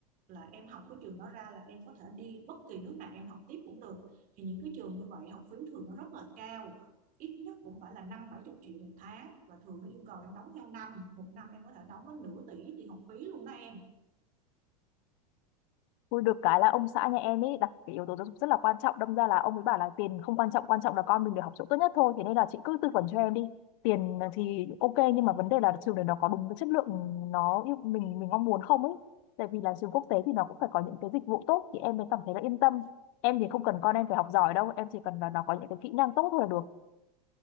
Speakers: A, on the right; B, on the left.
A: là em học cái trường đó ra là em có thể đi bất kỳ nước nào em học tiếp cũng được. Thì những cái trường như vậy học phí thường nó rất là cao, ít nhất cũng phải là năm bảy chục triệu một tháng và thường nó yêu cầu em đóng theo năm, một năm em có thể đóng đến nửa tỷ tiền học phí luôn đó em.
B: Ui, được cái là ông xã nhà em ấy đặt cái yếu tố giáo dục rất là quan trọng đâm ra là ông ấy bảo là tiền không quan trọng quan trọng là con mình được học chỗ tốt nhất thôi thế nên là chị cứ tư vấn cho em đi tiền thì ok nhưng mà vấn đề là trường đấy nó có đúng cái chất lượng nó yêu mình mình mong muốn không ấy tại vì là trường quốc tế thì nó cũng phải có những cái dịch vụ tốt thì em mới cảm thấy là yên tâm em thì không cần con em phải học giỏi đâu em chỉ cần là nó có những cái kỹ năng tốt thôi là được